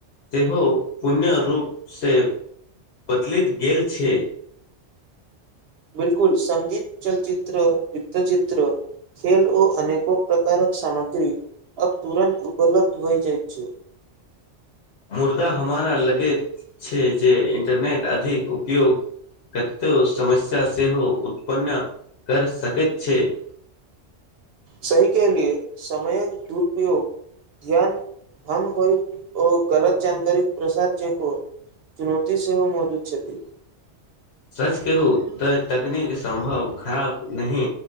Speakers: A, on the left; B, on the right.
A: सेहो पुण्य रूपसे बदलैत गेल छै
B: बिलकुल संगीत चलचित्र वित्तचित्र खेल ओ अनेको प्रकारक सामग्री अब तुरन्त उपलब्ध भय जाइत छै
A: मुर्दा हमरा लगैत छै जे इंटरनेट अधिक उपयोग कत्तो समस्या सेहो उत्पन्न कर सकैत छै <inaudible>
B: सही केहलियै समयक दुरुपयोग ध्यान भंग होइ ओ गलत जानकारी प्रसाद जो को चुनौती सेहो मौजूद छथि
A: सच कहू तऽ तकनीक सम्भव खराब नहि